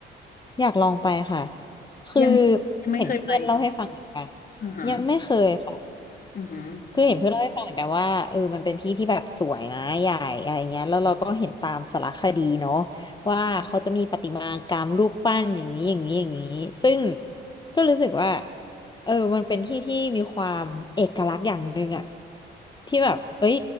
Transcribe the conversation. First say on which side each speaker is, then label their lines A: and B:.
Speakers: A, on the left (about 20°); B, on the left (about 45°).
A: อยากลองไปค่ะคือ
B: ยังยังไม่เคยไปใช่ไหม
A: เห็นเพื่อนเล่าให้ฟังเหมือนกัน
B: อือฮะ
A: ยังไม่เคยค่ะ
B: อือฮะ
A: คือเห็นเพื่อนเล่าให้ฟังเหมือนกันว่าเออมันเป็นที่ที่แบบสวยนะใหญ่อะไรเงี้ยแล้วเราก็เห็นตามสารคดีเนาะว่าเขาจะมีประติมากรรมรูปปั้นอย่างนี้อย่างนี้อย่างนี้ซึ่งก็รู้สึกว่าเออมันเป็นที่ที่มีความเอกลักษณ์อย่างหนึ่งอะที่แบบเอ้ย